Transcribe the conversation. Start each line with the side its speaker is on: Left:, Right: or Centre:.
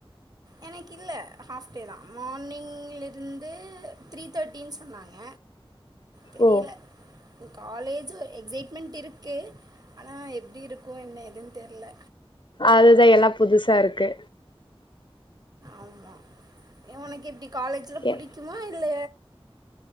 Right: எனக்கு இல்ல ஹாஃப் டே தா மார்னிங்லிருந்து த்ரீ தேர்ட்டினு சொன்னாங்க தெரியல
Left: ஓ
Right: காலேஜ் ஒரு எக்ஸைட்மெண்ட் இருக்கு ஆனா எப்டி இருக்கு என்னதுன்னு தெர்ல
Left: அது தா எல்லா புதுசா இருக்கு
Right: ஆமா இவனுக்கு இப்டி காலேஜ்ல
Left: எ
Right: புடிக்குமா இல்ல